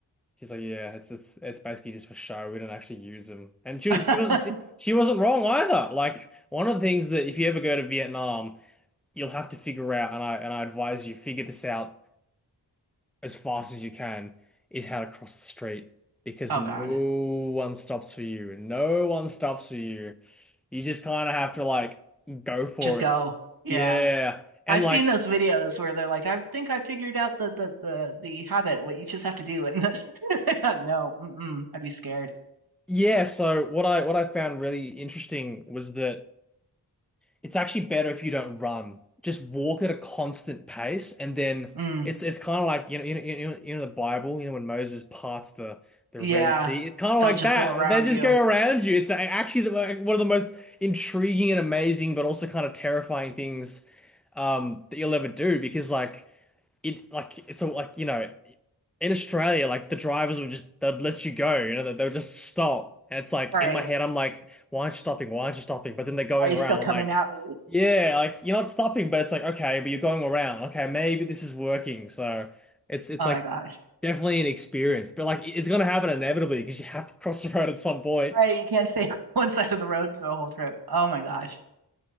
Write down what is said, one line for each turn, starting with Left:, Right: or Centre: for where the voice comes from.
Centre: she's like, yeah, it's it's it's basically just for show. We don't actually use them. And she was
Right: it.
Centre: she was she,
Right: <laughs>
Centre: she wasn't wrong either. Like one of the things that if you ever go to Vietnam, you'll have to figure out and I and I advise you figure this out as fast as you can is how to cross the street because
Right: Oh,
Centre: no
Right: God.
Centre: one stops for you and no one stops for you. You just kind of have to like go for
Right: Just go.
Centre: it.
Right: Yeah.
Centre: Yeah. And
Right: I've
Centre: like
Right: seen those videos where they're like, I think I figured out the the the, the habit, what you just have to do. And the- <laughs> no, mm-mm, I'd be scared.
Centre: yeah, so what I what I found really interesting was that It's actually better if you don't run. Just walk at a constant pace, and then
Right: Mm,
Centre: it's it's kind of like you know you know you know, you know the Bible. You know when Moses parts the the
Right: yeah.
Centre: Red Sea. It's kind of
Right: They'll
Centre: like
Right: just
Centre: that.
Right: go around
Centre: They just
Right: you.
Centre: go around you. It's actually the, like, one of the most intriguing and amazing, but also kind of terrifying things um, that you'll ever do because like it like it's all like you know in Australia like the drivers would just they'd let you go you know they they'll just stop and it's like
Right: Right.
Centre: in my head I'm like why aren't you stopping why aren't you stopping but then they're going
Right: Are you
Centre: around
Right: still coming
Centre: I'm like
Right: at me?
Centre: yeah like you're not stopping but it's like okay but you're going around okay maybe this is working so it's it's
Right: Oh
Centre: like
Right: my gosh.
Centre: definitely an experience but like it's gonna happen inevitably because you have to <laughs> cross the road at some point
Right: Right, you can't stay <laughs> on one side of the road for the whole trip. Oh my gosh,